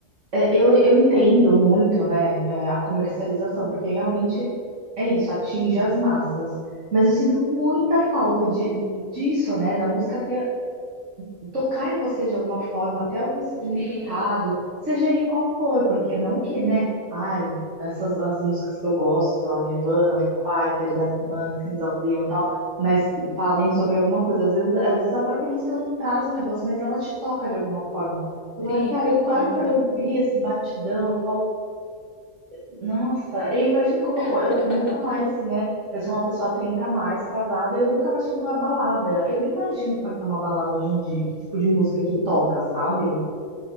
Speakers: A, on the right; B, on the left.
A: é, eu, eu entendo muito, né, é, a comercialização, porque realmente é isso, atinge as massas. Mas eu sinto muita falta de, disso, né, da música ter tocar em você de alguma forma, até algum significado,
B: Sim,
A: seja ele qual for, porque não que, né? Ai, essas as músicas que eu gosto, sei lá, Nirvana, Foo Fighters, Arctic Monkeys, Kings of Leon, e tal, mas falem sobre alguma coisa. Às vezes, às vezes a própria música não traz um negócio, mas ela te toca de alguma forma. Agora,
B: sim,
A: cara,
B: concordo.
A: eu paro pra ouvir esse batidão, eu falo, nossa, eu imagino como
B: <laughs>
A: eu, eu nunca mais, né? Eu sou uma pessoa 30 a mais, casada, eu nunca mais fui numa balada. Eu nem imagino como é que tá uma balada hoje em dia, que tipo de música que toca, sabe?